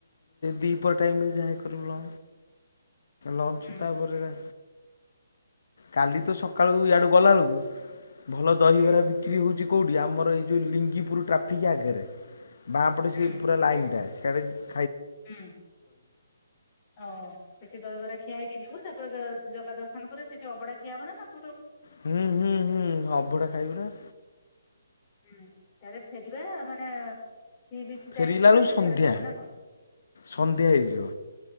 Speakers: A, on the left; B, on the left.
A: ଦିପ ପହର ଟାଇମରେ ଯାହା କରିବୁ। ଲଞ୍ଚ
B: ହୁଁ
A: ତାପରେ ରା କାଲି ତ ସକାଳୁ ଏଆଡୁ ଗଲାବେଳକୁ ଭଲ ଦହିବରା
B: ହୁଁ
A: ବିକ୍ରି ହଉଛି କେଉଁଠି ଆମର ଏଇ ଯେଉଁ ଲିଙ୍ଗିପୁର ଟ୍ରାଫିକ୍ ଆଗରେ ବାଁପଟେ
B: ହୁଁ
A: ସେ ପୁରା
B: ହୁଁ
A: ଲାଇନ୍ଟା ସେଇଆଡ଼ା
B: ହୁଁ ଓ ସେଠି ଦହିବରା ଖିଆ ହେଇ ଯିବ ତାପରେ ଜଗା ଦର୍ଶନରେ ସେଠି ଅଭଡ଼ା ଖିଆ ହବ ନାଁ ନାଁ
A: ହୁଁ-ହୁଁ-ହୁଁ ଅଭଡ଼ା ଖାଇବୁ ନାଁ।
B: ହୁଁ ତାରେ ଫେରିବା ମାନେ ସିବିଚ
A: ଫେରିଲା
B: ଯାଇକି
A: ବେଳକୁ
B: ତାପରେ
A: ସନ୍ଧ୍ୟା
B: ଫେରା ହବ ନାଁ କଣ?
A: ସନ୍ଧ୍ୟା ହେଇଯିବ